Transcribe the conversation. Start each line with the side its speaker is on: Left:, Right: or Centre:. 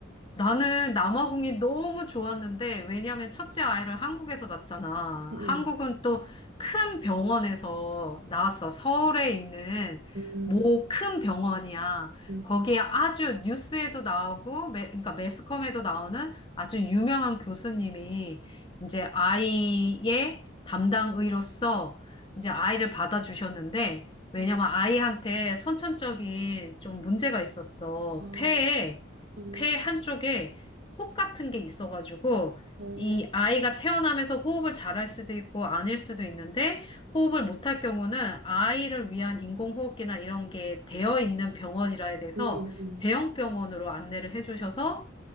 Left: 나는 남아공이 너무 좋았는데, 왜냐면 첫째 아이를 한국에서 낳잖아.
Right: 응,
Left: 한국은 또 큰 병원에서 낳았어.
Right: 응.
Left: 서울에 있는
Right: 음,
Left: 모 큰 병원이야.
Right: 음,
Left: 거기에 아주 뉴스에도 나오고, 매, 그러니까 매스컴에도 나오는 아주 유명한 교수님이 이제 아이의 담당 의로서 이제 아이를 받아주셨는데, 왜냐면
Right: 음.
Left: 아이한테 선천적인 좀 문제가 있었어.
Right: 어,
Left: 폐에
Right: 음,
Left: 폐 한쪽에 혹 같은 게 있어가지고
Right: 어,
Left: 이 아이가 태어나면서 호흡을 잘 할 수도 있고 아닐 수도 있는데 호흡을 못 할 경우는 아이를 위한 인공호흡기나 이런 게 되어 있는 병원이라 해서
Right: 음, 음, 음.
Left: 대형 병원으로 안내를 해주셔서
Right: 아,